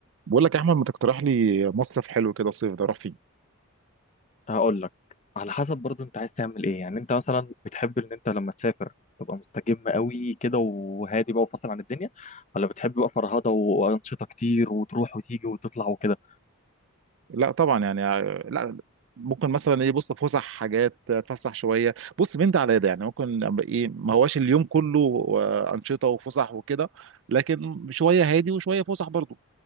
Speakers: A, on the right; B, on the left.
A: بقول لك يا احمد ما تقترح لي مصيف حلو كده الصيف ده اروح فيه
B: هقول لك على حسب برضه انت عايز تعمل ايه يعني انت مثلا بتحب ان انت لما تسافر تبقى مستجم قوي كده وهادي بقى وفاصل عن الدنيا ولا بتحب بقى فرهضه وانشطه كتير وتروح وتيجي وتطلع وكده
A: لا طبعا يعني آه، لا ممكن مثلا ايه بص فسح حاجات اتفسح شويه بص من ده على ده يعني ممكن أبقى ايه ما هواش اليوم كله آه، انشطه وفسح وكده لكن شويه هادي وشويه فسح برضو